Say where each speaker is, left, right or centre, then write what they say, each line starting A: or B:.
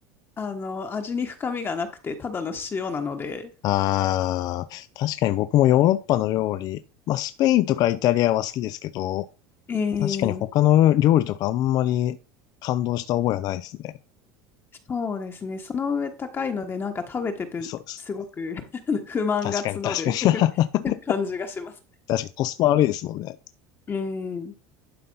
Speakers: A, on the left; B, on the left.
A: あの、味に深みがなくて、ただの塩なので。
B: ああ、確かに僕もヨーロッパの料理、まあスペインとかイタリアは好きですけど、
A: ええ
B: 確かに他の料理とかあんまり感動した覚えはないですね。
A: そうですね。その上高いので、なんか食べてて、
B: そうです。
A: すごく <laughs> 不満が募る
B: 確かに確
A: <laughs>
B: かに。<laughs>
A: 感じがします
B: 確かにコスパ悪いですもんね。
A: えう